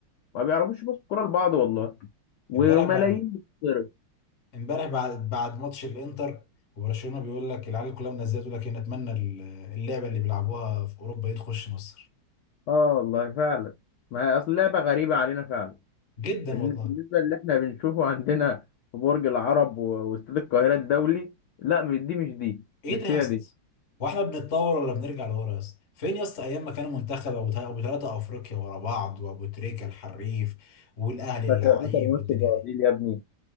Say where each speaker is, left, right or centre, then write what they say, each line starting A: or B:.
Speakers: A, on the left; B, on the left.
A: ما بيعرفوش يبصوا الكوره لبعض والله و-
B: امبارح
A: وملايين
B: بقى
A: بتتصرف
B: امبارح بعد بعد ماتش الانتر وبرشلونه بيقول لك العيال كلها منزله تقول لك ايه نتمنى ال- اللعبه اللي بيلعبوها في اوروبا دي تخش مصر
A: اه والله فعلا ما هي اصل لعبه غريبه علينا فعلا
B: جدا
A: بالن-
B: والله
A: بالنسبه اللي احنا بنشوفه عندنا في برج العرب و- واستاد القاهره الدولي لا مش دي مش دي
B: ايه
A: مش
B: ده يا
A: هي
B: اسطى
A: دي
B: هو احنا بنتطور ولا بنرجع لورا يا اسطى فين يا اسطى ايام ما كانوا منتخب ابو تا- ابو ثلاثه افريقيا ورا بعض وابو تريكه الحريف والاهلي
A: فاكر
B: اللعيب
A: فاكر ماتش
B: والدنيا
A: البرازيل
B: دي
A: يا ابني